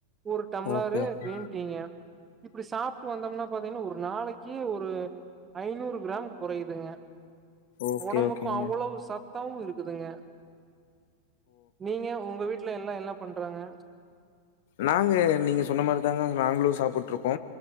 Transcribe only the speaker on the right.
ஒரு டம்ளாரு
கிரீன் டீங்க இப்டி சாப்ட்டு வந்தம்னா வென்ன ஒரு நாளக்கி ஒரு ஐநூறு க்ராம் கொறைதுங்க
ஒடம்புக்கு
அவுளவு சத் தவ்வு இருக்குதுங்க நீங்க உங்க வீட்ல எல்லா எல்லா பண் அப்றங்க